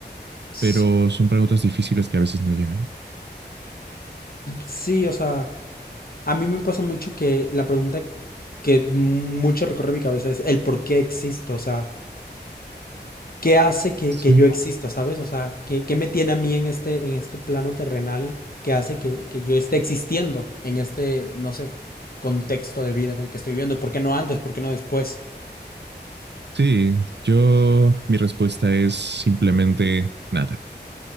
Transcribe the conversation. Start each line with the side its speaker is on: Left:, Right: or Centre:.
Left: Sí,
Right: pero son preguntas difíciles que a veces no llegan.
Left: sí, o sea, A mí me pasa mucho que la pregunta que mucho recorre mi cabeza es el por qué existo, o sea, ¿qué hace que,
Right: Sí.
Left: que yo exista, ¿sabes? O sea, ¿qué, qué me tiene a mí en este, en este plano terrenal que hace que, que yo esté existiendo en este, no sé, contexto de vida en el que estoy viviendo? ¿Por qué no antes? ¿Por qué no después?
Right: Sí, yo, mi respuesta es simplemente nada.